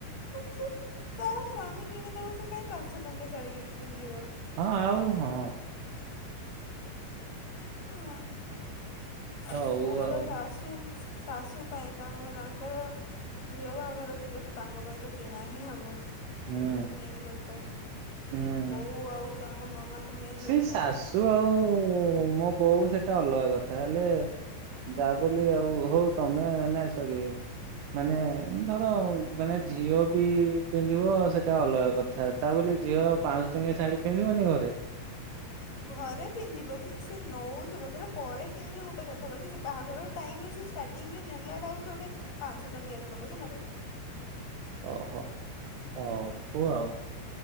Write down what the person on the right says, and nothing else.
ହଁ ଆଉ ହଁ।
ହଉ
ଆଉ।
ହୁଁ
ହୁଁ।
ସେ
ଶାଶୁ ଆଉ ମୋ ବୋଉ, ସେଟା ଅଲଗା କଥା, ହେଲେ ତା ବୋଲି ଆଉ ହଉ ତମେ, ନାଇଁ, ସରି, ମାନେ ଧର ମାନେ ଝିଅ ବି ପିନ୍ଧିବ ସେଟା ଅଲଗା କଥା, ତା ବୋଲି ଝିଅ ପାଆଁଶ ଟଙ୍କିଆ ଶାଢୀ ପିନ୍ଧିବନି ଘରେ।
ଅ, ହ, ହଉ,
କୁହ ଆଉ।